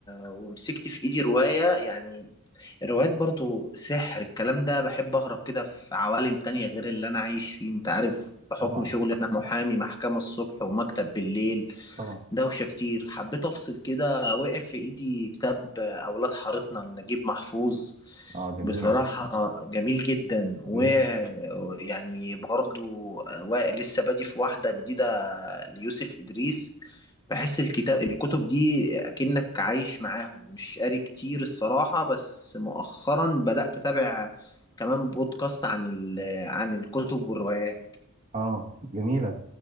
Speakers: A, on the left (about 20°); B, on the right (about 35°).
A: ومسكت في ايدي رواية يعني الروايات برضو سحر الكلام ده بحب أهرب كده في عوالم تانية غير اللي أنا عايش فيه أنت عارف بحكم
B: طبعا
A: شغلي أنا محامي محكمة الصبح ومكتب بالليل
B: طبعا
A: دوشة كتير حبيت أفصل كده وقع في إيدي كتاب أولاد حارتنا لنجيب محفوظ
B: اه جميل
A: بصراحة جميل جدا ويعني
B: مم.
A: برضو و- لسه بادي في واحدة جديدة ليوسف إدريس بحس الكتاب الكتب دي اكنك عايش معاهم مش قاري كتير الصراحة بس مؤخرا بدأت أتابع كمان بودكاست عن ال... عن الكتب والروايات
B: اه جميلة